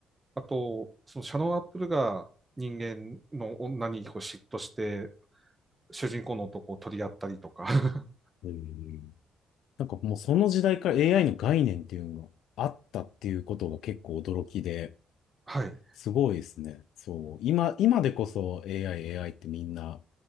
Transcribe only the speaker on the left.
ええなんかもうその時代から AI の概念っていうのがあったっていうことが結構驚きで、
すごいですね。そう。今、今でこそ AI、AI ってみんな